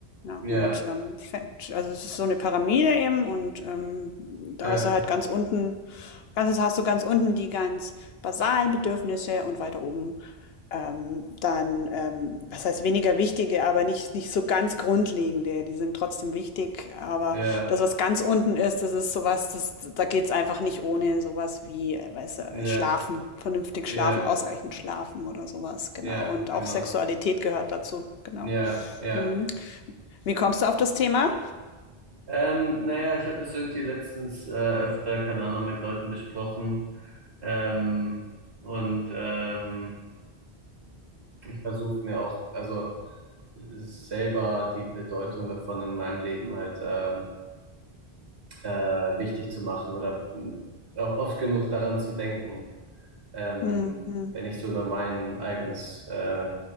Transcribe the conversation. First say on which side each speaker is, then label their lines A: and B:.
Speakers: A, on the left; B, on the right.
A: Ja, und
B: Ja,
A: ähm, fängt, also es ist so eine Pyramide eben und ähm, da
B: ja,
A: hast du halt ganz unten, ganz, hast du ganz unten die ganz basalen Bedürfnisse und weiter oben ähm, dann, ähm, was heißt weniger wichtige, aber nicht, nicht so ganz grundlegende. Die sind trotzdem wichtig, aber
B: ja,
A: das, was ganz unten ist, das ist sowas, das, da geht's einfach nicht ohne sowas wie, äh, weiß, äh,
B: ja,
A: Schlafen, vernünftig
B: ja,
A: schlafen, ausreichend schlafen oder sowas, genau.
B: ja,
A: Und
B: genau.
A: auch Sexualität gehört dazu, genau.
B: Ja, ja.
A: Mhm. Wie kommst du auf das Thema?
B: Ähm, naja, ich habe das irgendwie letztens äh, öfter, keine Ahnung, mit Leuten besprochen. Ähm, und ähm, ich versuche mir auch, also selber die Bedeutung davon in meinem Leben halt äh, äh, wichtig zu machen oder mh, auch oft genug daran zu denken, ähm,
A: Mhm. Mhm.
B: wenn ich so über mein eigenes äh,